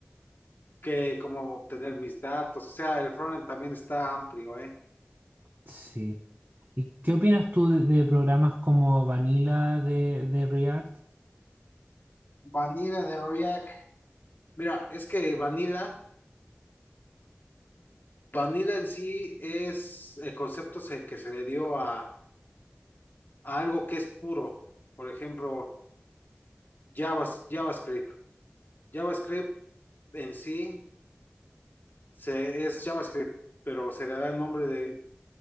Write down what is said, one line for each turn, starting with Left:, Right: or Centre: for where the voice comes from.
Left: qué, cómo obtener mis datos, o sea, el frontend también está amplio, ¿eh?
Right: sí. ¿Y qué opinas tú de, de programas como Vanilla de, de React?
Left: Vanilla de React. Mira, es que Vanilla Vanilla en sí es el concepto se- que se le dio a, a algo que es puro. Por ejemplo, Javas- JavaScript. JavaScript en sí se, es JavaScript, pero se le da el nombre de